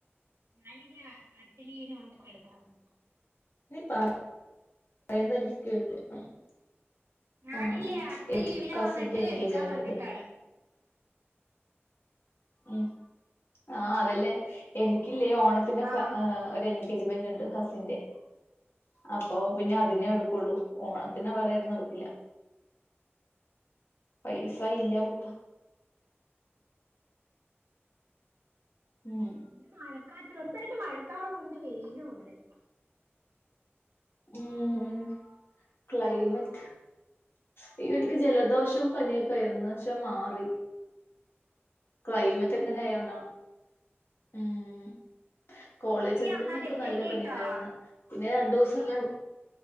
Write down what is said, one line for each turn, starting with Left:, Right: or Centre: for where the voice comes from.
Right: ഞാനിനി അടുത്ത ലീവിന് വന്നിട്ട് എടുക്കാവെന്ന്.
Left: നീ പറ പറയുന്നെ എനിക്ക് <unintelligible>
Right: ഞാനില്ലേ
Left: ആഹ്
Right: അട്ത്ത
Left: എനിക്ക്
Right: ലീവിന്
Left: കസിന്റെ
Right: വന്നിട്ട്
Left: എൻഗേജ്മെന്റ്
Right: എടുക്കാ പറഞ്ഞിട്ടാണ്.
Left: ഉണ്ട് ഉം ആഹ് അതല്ലേ എനിക്കില്ലേ ഓണത്തിന്റെ
Right: ആഹ്
Left: ക ഒരെൻ ഗേജ്മെന്റിണ്ട് കസിന്റെ അപ്പോ പിന്നെ അതിനെ എടുക്കൊള്ളൂ. ഓണത്തിന് വേറെ ആയിട്ടൊന്നും എടുക്കില്ല പൈ സ ഇല്ലാ കുട്ടാ. ഉം
Right: <unintelligible> മഴക്കാല ചെറുതായിട്ട് മഴക്കാറുമുണ്ട് വെയിലുമുണ്ട്.
Left: ഉം ക്ലൈമറ്റ് അയ്നെടക്ക് ജലദോഷം പനിയൊക്കെയായിരുന്നു പക്ഷെ മാറി ക്ലൈമറ്റ് ങ്ങനായോണ്ടാ ഉം കോളേജിൽ
Right: എടി അന്നാലേ
Left: നിന്നൊക്കെ
Right: ശരിട്ടോ
Left: നല്ല പനിയിണ്ടായിരുന്ന് പിന്നെ രണ്ടൂസം ഞാൻ